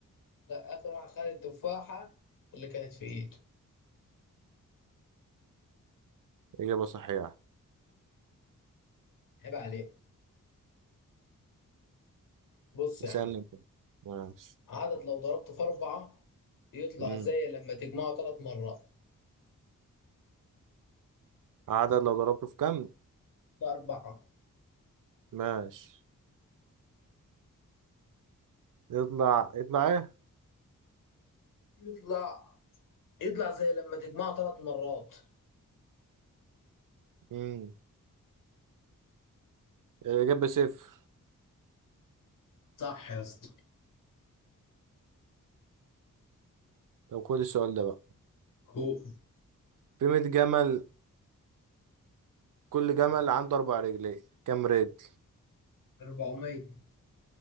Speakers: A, on the left (about 80°); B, on the right (about 75°).
A: آخر واحد خد التفاحة اللي كانت في إيده
B: إجابة صحيحة
A: عيب عليك بص يا
B: اسألني
A: عم
B: انت. ماشي
A: عدد لو ضربته في أربعة يطلع
B: مم.
A: زي لما تجمعه ثلاث مرات
B: عدد لو ضربته في كم
A: في أربعة
B: ماشي يطلع يطلع ايه
A: يطلع يطلع زي لما تجمعه ثلاث مرات
B: مم. الإجابة صفر
A: صح يا اسطى
B: طب خد السؤال ده بقى
A: هو
B: في 100 جمل كل جمل عنده أربع رجلين كم رجل
A: 400